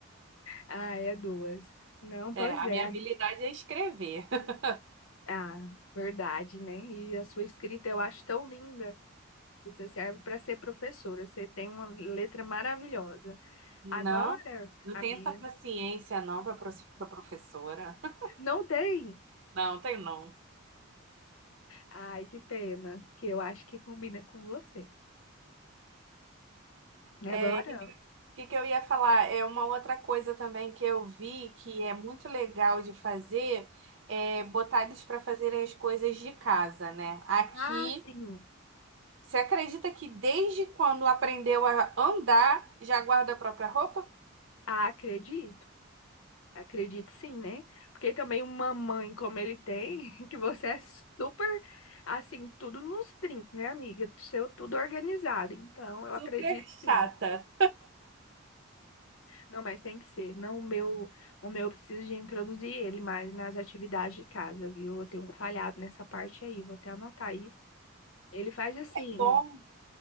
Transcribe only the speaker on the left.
Ah, é duas. Não, pois
é.
Ah, verdade, né? E a sua escrita eu acho tão linda. Você serve para ser professora. Você tem uma letra maravilhosa.
Agora,
amiga,
não tem.
Ai, que pena, que eu acho que combina com você.
Agora?
Ah, sim.
Ah, acredito. Acredito sim, né? Porque também uma mãe como ele tem, <laughs> que você é super, assim, tudo nos trinques, né, amiga? Seu tudo organizado. Então, eu
acredito sim.
Não, mas tem que ser. Não o meu, o meu eu preciso de introduzir ele mais nas atividades de casa, viu? Eu tenho falhado nessa parte aí, vou até anotar isso. Ele faz assim,